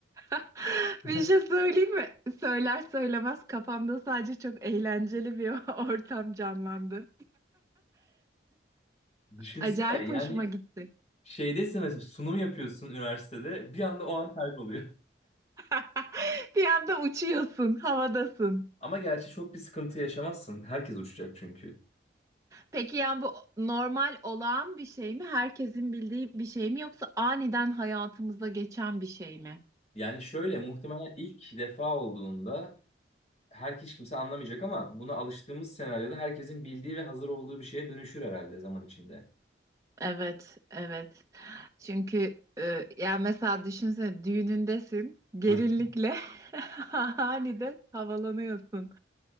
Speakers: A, on the right; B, on the left.
A: <gasps> <laughs>
B: <laughs>
A: Bir şey söyleyeyim mi? Söyler söylemez kafamda sadece çok eğlenceli bir <laughs> ortam canlandı.
B: Düşünsene
A: Acayip
B: yani
A: hoşuma gitti.
B: şeydesin mesela sunum yapıyorsun üniversitede. Bir anda o an kayboluyor.
A: <laughs> Bir anda uçuyorsun, havadasın.
B: Ama gerçi çok bir sıkıntı yaşamazsın. Herkes uçacak çünkü.
A: Peki yani bu normal olağan bir şey mi? Herkesin bildiği bir şey mi yoksa aniden hayatımıza geçen bir şey mi?
B: Yani şöyle muhtemelen ilk defa olduğunda her hiç kimse anlamayacak ama buna alıştığımız senaryoda herkesin bildiği ve hazır olduğu bir şeye dönüşür herhalde zaman içinde.
A: Evet, evet. Çünkü e, yani mesela düşünsene düğünündesin, gelinlikle
B: Hı.
A: <laughs> aniden havalanıyorsun.